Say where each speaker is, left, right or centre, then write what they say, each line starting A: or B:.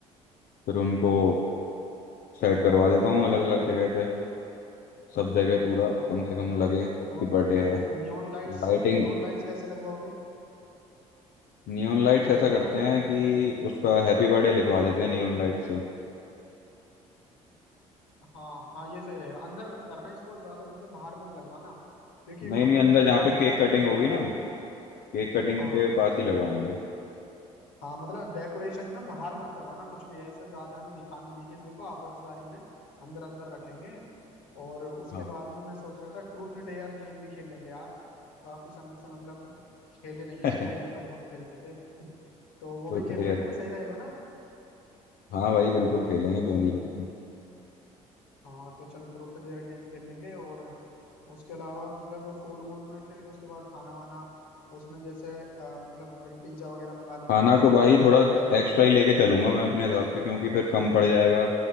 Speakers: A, on the left; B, on the left.
A: फिर उनको सेट करवा देता हूँ अलग अलग जगह पे सब जगह पूरा
B: हाँ
A: कम से कम लगे कि
B: और
A: बर्थडे है
B: नियॉन लाइट्स
A: लाइटिंग
B: नियॉन लाइट्स कैसे लगवाओगे
A: नियॉन लाइट्स ऐसा
B: जो नियॉन
A: करते हैं कि उसका हैप्पी बर्थडे लिखवा देते हैं नियॉन लाइट से
B: हाँ हाँ ये सही रहेगा अंदर करना है इसको ज्यादा मतलब बाहर मत लगवाना क्योंकि
A: नहीं
B: हमें
A: नहीं अंदर जहाँ
B: ज्यादा
A: पे केक
B: किसी
A: कटिंग
B: को दिखाना
A: होगी ना
B: नहीं है
A: केक कटिंग
B: हाँ
A: के पास ही लगवाएंगे
B: हाँ मतलब डेकोरेशन ना बाहर मत करवाना कुछ भी ऐसे ज्यादा हमें दिखाना नहीं है किसी को आपसदारी में अंदर अंदर रखेंगे और उसके
A: हाँ
B: बाद में मैं सोच रहा था ट्रूथ डेयर गेम भी खेल लेंगे यार काफी समय से मतलब खेले नहीं है
A: <laughs>
B: स्कूल में तो बहुत खेलते थे <laughs> तो वो
A: Truth
B: भी खेल
A: dare
B: लेंगे ना सही रहेगा ना
A: हाँ भाई बिल्कुल खेलेंगे क्यों नहीं खेलेंगे
B: हाँ तो चल ट्रूथ डेयर गेम खेल लेंगे और उसके अलावा मतलब फूड वूड में फिर उसके बाद खाना वाना उसमें जैसे अ, मतलब हम लोग पिज्जा वगैरह मंगा लेंगे
A: खाना
B: कुछ
A: को
B: फ्राई
A: भाई थोड़ा एक्स्ट्रा ही लेके चलूंगा मैं अपने हिसाब से क्योंकि फिर कम पड़ जाएगा